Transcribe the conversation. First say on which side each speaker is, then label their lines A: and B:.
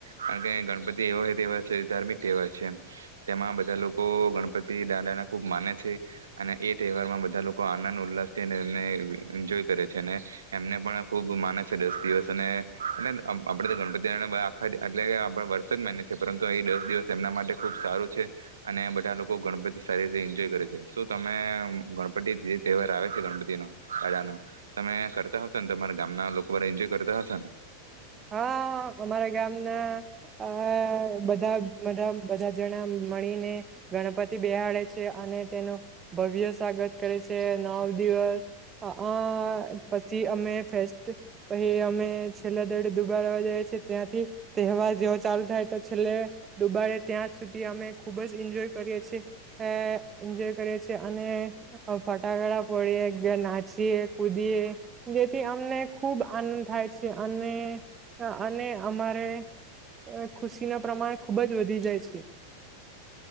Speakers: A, on the right (about 70°); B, on the right (about 20°).
A: કારણ કે ગણપતિ એવો તહેવાર છે ધાર્મિક તહેવાર છે તેમાં બધા લોકો ગણપતિ દાદાને ખૂબ માને છે અને એ તહેવારમાં બધા લોકો આનંદ ઉલ્લાસ થઈને એને એન્જોય કરે છે અને એમને પણ ખૂબ માને છે દસ દિવસ અને <unintelligible> આપણે તો આગલા દિવસે વર્ષ જ માન છીએ પરંતુ એ દસ દિવસ એમના માટે ખૂબ સારું છે અને બધા લોકો ગણપતિ સારી રીતે એન્જોય કરે છે શું તમે ગણપતિ જે તહેવાર આવે છે ગણપતિ દાદાનો તમે કરતા હશો ને તમારા ગામના લોકો બધા એન્જોય કરતા હશો ને
B: હા અમારા ગામના આ બધાા બધા જ જણા મળીને ગણપતિ બેહાડે છે અને તેનું ભવ્ય સ્વાગત કરે છે નવ દિવસ આ પછી અમે ફેસ્ટ પહી અમે છેલ્લા દુબાડવા જઈએ છીએ ત્યાંથી તહેવાર જેવો ચાલુ થાય તો છેલ્લે દુબાડે ત્યાં સુધી અમે ખુબ જ એન્જોય કરીએ છીએ એન્જોય કરીએ છીએ અને ફટાકડા ફોડીએ નાચીએ કૂદીએ જેથી અમને ખૂબ આનંદ થાય છે અને અને અમારે ખુશી નો પ્રમાણ ખુબ જ વધી જાય છે